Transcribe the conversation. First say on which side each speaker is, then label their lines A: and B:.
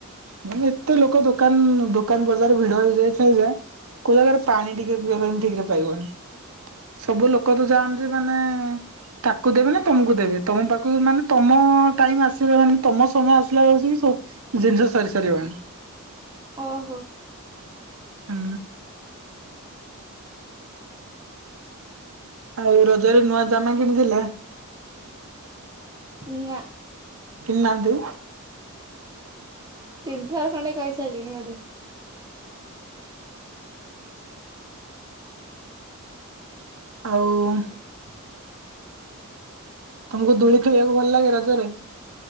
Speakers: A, on the right; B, on the right.
A: ମାନେ ଏତେ ଲୋକ ଦୋକାନ ଦୋକାନ ବଜାର ଭିଡ ହେଇ ଯାଇଥାଏ ଯା କୋଉ ଜାଗାରେ ପାଣି ଟିକେ ପିଇବା ପାଇଁବି ଠିକ୍ ରେ ପାଇବନି। ସବୁ ଲୋକ ତ ଯାଆନ୍ତି ମାନେ ତାକୁ ଦେବେ ନା ତମକୁ ଦେବେ ତମ ପାଖକୁ ମାନେ ତମ ଟାଇମ ଆସିବ ମାନେ ତମ ସମୟ ଆସିଲା ବେଳକୁ ହିଁ ହଉ ଜିନଷ ସରି ସାରିବଣି।
B: ଓହୋ।
A: ଉଁ। ଆଉ ରଜରେ ନୂଆ ଜାମା କିଣିଥିଲେ?
B: ନା।
A: କିଣି ନାହାନ୍ତି?
B: ତିନଥର ଖଣ୍ଡେ କହି ସାରିଲେଣି ବୋଧେ।
A: ଆଉ ତମୁକୁ ଦୋଳି ଖେଳିବାକୁ ଭଲ ଲାଗେ ରଜରେ?